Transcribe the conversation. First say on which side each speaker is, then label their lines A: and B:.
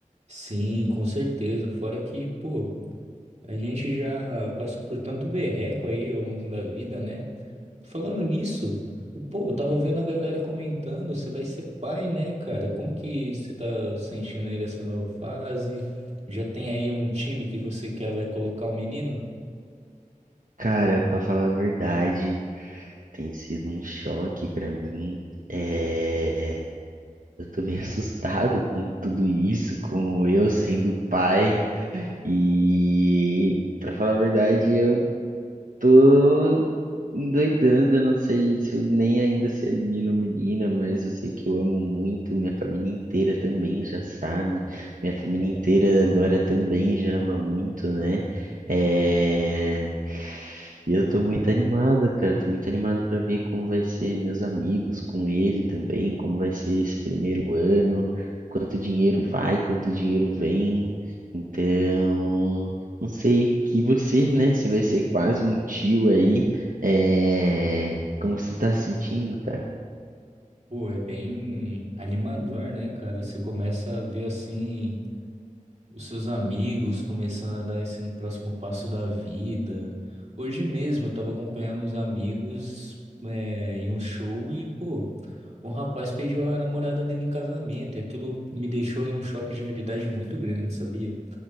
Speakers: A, on the right; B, on the right.
A: Sim, com certeza. Fora que, pô, a gente já passou por tanto berreco aí ao longo da vida, né? Falando nisso, pô, eu tava vendo a galera comentando, você vai ser pai, né, cara? Como que você tá sentindo aí dessa nova fase? Já tem aí um time que você quer vai colocar o menino?
B: Cara, pra falar a verdade, tem sido um choque pra mim. É, eu tô meio <laughs> assustado com tudo isso, com eu sendo pai e, pra falar a verdade, eu Tô endoidando, eu não sei se eu- nem ainda se é menino ou menina, mas eu sei que eu amo muito, minha família inteira também já sabe, minha família inteira agora também já ama muito, né? É... E eu tô muito animado, cara, tô muito animado pra ver como vai ser meus amigos com ele também, como vai ser esse primeiro ano, quanto dinheiro vai, quanto dinheiro vem, então. Não sei que você, né? Você vai ser quase um tio aí. É... Como você tá se sentindo, cara?
A: Pô, é bem animador, né, cara? Você começa a ver assim os seus amigos começando a dar esse no próximo passo da vida. Hoje mesmo eu tava acompanhando uns amigos é, em um show e, pô, um rapaz pediu a namorada dele em casamento e aquilo me deixou em um choque de realidade muito grande, sabia?